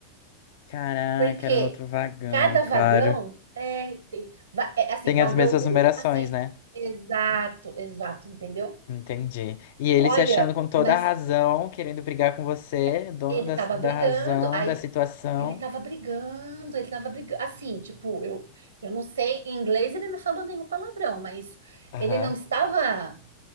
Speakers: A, on the left (about 50°); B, on the right (about 70°).
A: Caraca,
B: Porque
A: era no outro vagão,
B: cada vagão
A: claro.
B: é, tem- va- é assim:
A: Tem
B: vagão
A: as mesmas
B: um
A: numerações,
B: assento.
A: né?
B: Exato, exato, entendeu?
A: Entendi. E ele
B: Olha,
A: se achando com toda
B: mas.
A: a razão, querendo brigar com você,
B: na-
A: dono
B: Ele
A: da,
B: estava
A: da
B: brigando,
A: razão,
B: aí
A: da situação.
B: Ele tava brigando, ele tava brigando. Assim, tipo, eu, eu não sei, em inglês ele não falou nenhum palavrão, mas
A: Aham.
B: ele não estava,